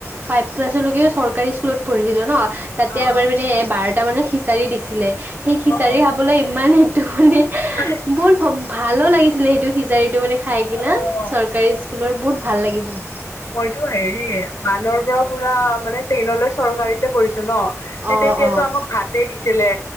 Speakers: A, on the right; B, on the left.
A: ফাইভ ক্লাছৰলৈকে চৰকাৰী স্কুলত পঢ়িছিলো ন তাতে
B: অ'
A: আমাৰ মানে এ বাৰ দুটামানত খিচাৰি দিছিলে। সেই খিচাৰি
B: অ' অ'
A: খাবলৈ ইমান সেইটো মানে
B: অ'।
A: বহুত ভ ভালো লাগিছিলে, সেইটো খিজাৰিটো মানে খাই
B: অ',
A: কিনা
B: অ'।
A: চৰকাৰী স্কুলৰ বহুত ভাল লাগিছিলে।
B: মইটো হেৰি, ওৱানৰ পৰা পুৰা মানে টেনলৈ চৰকাৰীতে পঢ়িছো ন।
A: অ'
B: তেতিয়াতো
A: অ'
B: আমাক ভাতে দিছিলে।